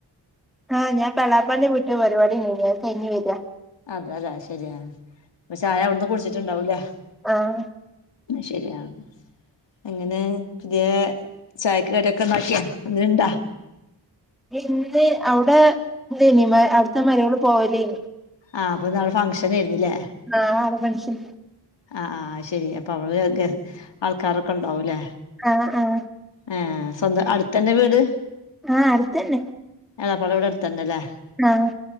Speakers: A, in the centre; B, on the left.
A: ആഹ ഞപ്പോ എളാപ്പാന്റെ വീട്ടിൽ ഒരു പരുവാടി ഇണ്ടേനി അത് കഴിഞ്ഞ് വരാ.
B: അതെ അതെ ശെരിയാ അപ്പൊ ചായ അവിടുന്ന് കുടിച്ചിട്ടുണ്ടാവൂലേ.
A: ആഹാ.
B: ശരിയാ. അങ്ങനെ പുതിയ ചായക്ക്‌ കടിക്കെണ്ടാക്കിയാ ന്തേലുണ്ട?
A: ഇന്ന് അവുടെ തേനി അവിടുത്തെ മാരോള് പോവാലെനി.
B: ആ് അപ്പൊ ന്നവടെ ഫംഗ്ഷൻ നേരുന്നല്ലേ?
A: ആഹ ആ ഫങ്ക്ഷൻ.
B: ആ ആഹ് ആ ശരി അപ്പൊ അവള് ആൾക്കാരൊക്കെ ഉണ്ടാവൂല്ലേ?
A: ആഹ ആഹ.
B: ഹേ സ്വന്തം അടുത്തന്നെ വീട്?
A: ആഹ് അടുത്തന്നെ.
B: എളാപ്പാടെ വിട് അടുത്തന്നല്ലേ.
A: ആഹ്.